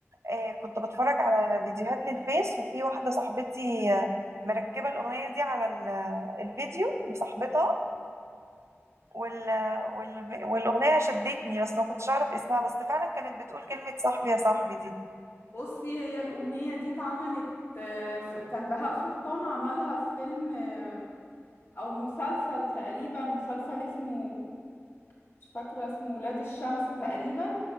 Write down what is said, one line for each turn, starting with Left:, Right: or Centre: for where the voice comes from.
Right: آه، كنت بتفرج على فيديوهات للفيس وفي واحده صاحبتي آه، مركبه الاغنيه دي على ال- الفيديو لصاحبتها وال... وال... والاغنيه شدتني بس ما كنتش اعرف اسمها بس فعلا كانت بتقول كلمه صاحبي يا صاحبي دي
Left: بصي هي الأغنية دي اتعملت آه، في- كان بهاء سلطان عملها في فيلم آه، او مسلسل تقريبا مسلسل اسمه مش فاكرة اسمه ولاد الشمس تقريبا